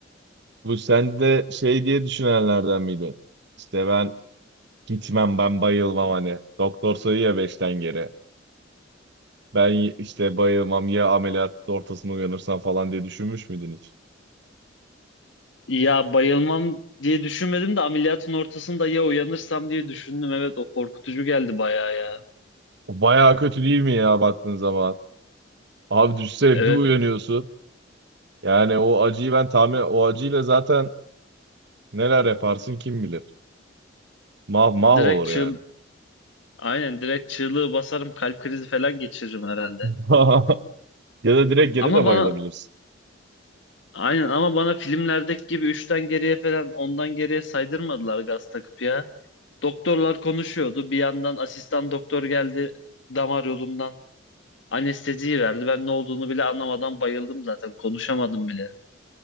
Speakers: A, on the right; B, on the left.
A: Bu sen de şey diye düşünenlerden miydin? İşte ben Gitmem ben bayılmam hani. Doktor sayıyor ya beşten geri. Ben y- işte bayılmam ya ameliyat ortasında uyanırsam falan diye düşünmüş müydün hiç?
B: Ya bayılmam diye düşünmedim de ameliyatın ortasında ya uyanırsam diye düşündüm. Evet o korkutucu geldi bayağı ya.
A: O bayağı kötü değil mi ya baktığın zaman? Abi düşsene
B: Evet
A: bir uyanıyorsun. Yani o acıyı ben tahmin... O acıyla zaten neler yaparsın kim bilir. Mah mah
B: direkt
A: olur
B: çığ
A: yani.
B: Aynen direkt çığlığı basarım kalp krizi falan geçiririm herhalde.
A: <laughs> Ya da direkt geri
B: Ama
A: de
B: bana
A: bayılabilirsin.
B: aynen ama bana filmlerdeki gibi 3'ten geriye falan ondan geriye saydırmadılar gaz takıp ya. Doktorlar konuşuyordu. Bir yandan asistan doktor geldi damar yolumdan anesteziyi verdi. Ben ne olduğunu bile anlamadan bayıldım zaten. Konuşamadım bile.